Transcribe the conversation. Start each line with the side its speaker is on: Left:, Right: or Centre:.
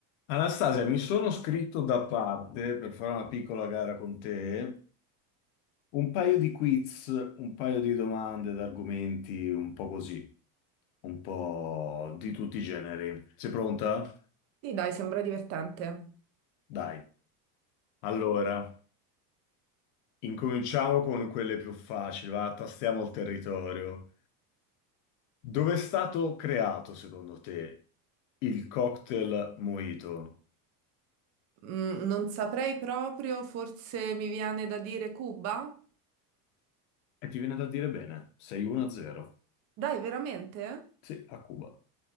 Left: Anastasia, mi sono scritto da parte per fare una piccola gara con te, un paio di quiz, un paio di domande, d'argomenti, un po' così, un po' di tutti i generi. Sei pronta?
Right: Sì, dai, sembra divertente.
Left: Dai. Allora, incominciamo con quelle più facili, va, tastiamo il territorio. Dove è stato creato, secondo te, il cocktail mojito?
Right: Mm, non saprei proprio, forse mi viene da dire Cuba?
Left: E ti viene da dire bene, sei 1-0.
Right: Dai, veramente?
Left: Sì, a Cuba.